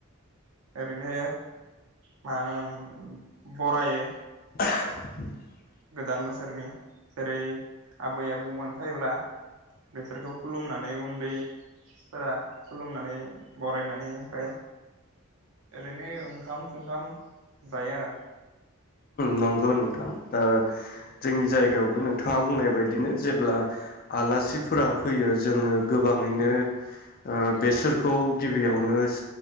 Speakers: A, on the right; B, on the left.
A: ओरैनो मा होनोमोन बरायो
B: <inaudible>
A: गोदान बोसोरनि जेरै आबै आबौमोन फैब्ला बेसोरखौ खुलुमनानै उन्दै फोरा खुलुमनानै बरायनानै ओमफ्राय ओरैनो ओंखाम सोंखाम जायो आरो
B: नंगौ नोंथां। ओ जोंनि जायगायावबो नोंथाङा बुंनाय बाय बिदिनो जेब्ला आलासि फुराब फैयो जोङो गोबाङैनो
A: उम
B: ओ बेसोरखौ गिबियाव नो